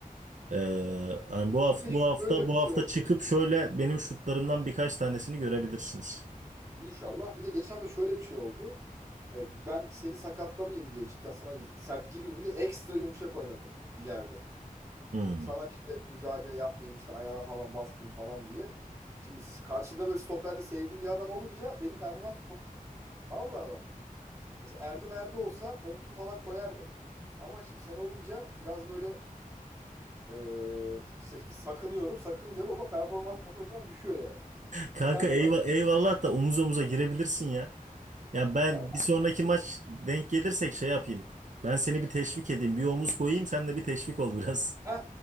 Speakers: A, on the right; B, on the right.
A: Ee, hani bu hafta
B: Bir de
A: bu hafta
B: şöyle bir
A: bu
B: şey
A: hafta
B: oldu.
A: çıkıp şöyle benim şutlarımdan birkaç tanesini görebilirsiniz.
B: İnşallah. Bir de geçen hafta şöyle bir şey oldu. E, Ben seni sakatlamayayım diye cidden sana sert girmeyeyim diye ekstra yumuşak oynadım ileride.
A: Hmm.
B: Sana
A: <laughs>
B: işte müdahale yapmayayım işte ayağına falan basmayayım falan diye. Şimdi karşıda böyle stoperde sevdiğim bir adam olunca benim performans çok... Vallahi bak. Mesela Erdem Erde olsa omuzu falan koyardım. Ama şimdi sen olunca biraz böyle e, şey, sakınıyorum. Sakınınca da o zaman performans otomatikman düşüyor yani.
A: Kanka
B: Sert
A: eyva-
B: adam.
A: eyvallah da omuz omuza girebilirsin ya. Ya ben
B: Ya
A: bir sonraki maç denk gelirsek şey yapayım. Ben seni bir teşvik edeyim. Bir omuz koyayım sen de bir teşvik ol biraz.
B: Heh,